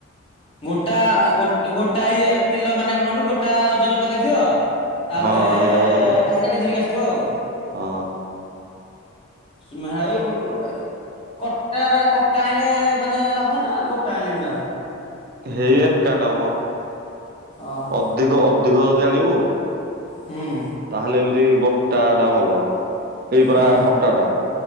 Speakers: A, on the left; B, on the right.
A: ଗୋଟା ଗୋଟା ଇଏ କିଲୋ ମାନେ କଣ ହେଲୁ ଗୋଟା ଓଜନ କରିଦେଇଥିବ ତାପରେ
B: ହଁ ହେଇଟା ବା କଲୁ
A: ଖାଲି କାଟିିକ ଧରିକି ଆସିଥିବ ଆଉ
B: ହଁ।
A: ସୁମେହାଇ ଉ ଉ ଆ କଟାରେ କଟା ଆଣିଲେ ମାନେ ଲାଭ ନା ଗୋଟା ଆଣିଲ ଏମତି ଲାଭ?
B: ହେଇ ଏକାଟା ମ
A: ଓହୋ
B: ଅଧିକ ଅଧିକ ଯଦି ଆଣିବୁ
A: ହୁଁ
B: ତାହେଲେ ଏମିତି ଗୋଟା ଟା ଭଲ ଏଇ ପରା
A: ହୁଁ
B: କଟା ଟା।